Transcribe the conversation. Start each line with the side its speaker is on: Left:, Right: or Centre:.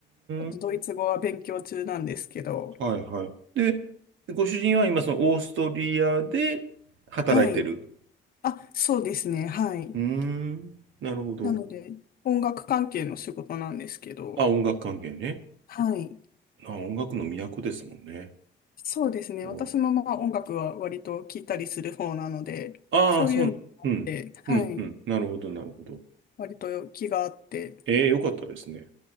Left: ょっとドイツ語は勉強中なんですけど、
Right: ん。はいはい。で、ご主人は今そのオーストリアで働いてる。
Left: はい。あ、そうですね。はい。
Right: うーん、なるほど。
Left: なので、音楽関係の仕事なんですけど、
Right: あ、音楽関係ね。
Left: はい。
Right: あ、音楽の都ですもんね。
Left: そうですね。
Right: お
Left: 私もまあ音楽は割と聴いたりする方なので、
Right: ああ、
Left: そういうのもあって、
Right: そん、うん、
Left: はい。
Right: うん、うん。なるほど、なるほど。
Left: 割と気があって、
Right: ええ、よかったですね。